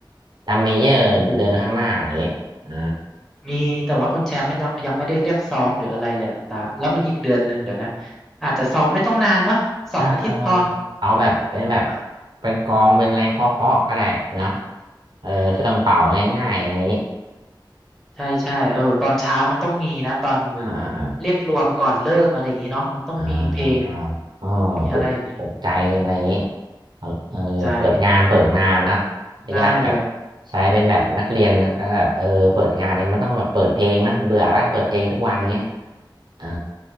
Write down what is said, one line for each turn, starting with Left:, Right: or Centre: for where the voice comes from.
Right: ตามเมเยอร์เดินข้างหน้าอย่างงี้อ่า
Centre: โอ้โห มีแต่ว่าคุณแชมป์มันยังยังไม่ได้เรียกซ้อมหรืออะไรเลยอะตาแล้วมันอีกเดือนหนึ่งเดี๋ยวนะ
Right: อ๋อ
Centre: อาจจะซ้อมไม่ต้องนานเนาะสองอาทิตย์พอ
Right: อ่าเออเอาแบบเป็นแบบ
Centre: เดี๋ยว
Right: เป็นกองเป็นอะไรเคาะๆก็ได้นะเออเครื่องเป่าง่ายๆอะไรอย่างงี้
Centre: เออใช่ใช่เออตอนเช้ามันต้องมีนะตอน
Right: อ่าอ่า
Centre: เรียกรวมก่อนเริ่มอะไรอย่างนี้เนาะมันต้องมีเพลง
Right: อ่าอ๋อปลุกปลุกใจอะไรอย่างนี้
Centre: มีอะไรอย่างนี้
Right: เอาเออเปิดงานเปิดงานนะ
Centre: ใจ
Right: พยายามแบบ
Centre: ได้เลย
Right: ใช้เป็นแบบนักเรียนก็แบบเออเปิดงานเองมันต้องแบบเปิดเพลงนะเบื่อได้เปิดเพลงทุกวันเงี้ย
Centre: อ่า
Right: อ่า